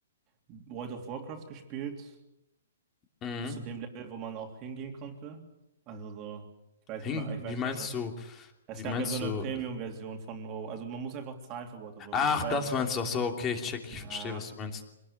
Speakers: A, on the right; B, on the left.
A: World of Warcraft gespielt,
B: Mhm.
A: bis zu dem Level, wo man auch hingehen konnte. Also so, ich weiß
B: Hing,
A: nicht mal,
B: wie
A: ich weiß
B: meinst
A: nicht was.
B: du,
A: Es
B: wie
A: gab
B: meinst
A: ja so eine
B: du?
A: Premium-Version von, oh, also man muss einfach zahlen für World of Warcraft.
B: Ach,
A: Das war
B: das
A: ja sogar
B: meinst du. Ach so, okay, ich check, ich
A: äh,
B: verstehe, was du meinst.